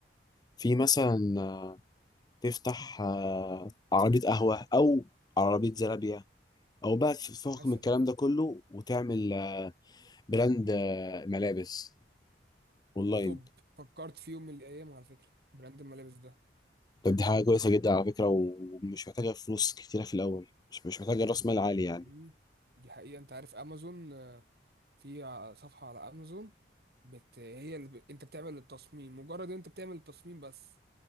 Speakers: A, on the left (about 20°); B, on the right (about 60°).
A: في مثلا آه، تفتح آه، عربية قهوة أو عربية زرابية أو بقى في فوق
B: مثلا
A: من الكلام ده كله وتعمل آه، براند آه، ملابس أونلاين
B: توب فكرت في يوم من الايام على فكرة براند الملابس ده
A: طب دي حاجة كويسة جدا على فكرة ومش محتاجة فلوس كتيرة في الأول مش مش محتاجة رأس مال عالي يعني
B: مم. دي حقيقة انت عارف امازون آه، في ع- صفحة على امازون بت... هي اللي ب... انت بتعمل التصميم مجرد انت بتعمل التصميم بس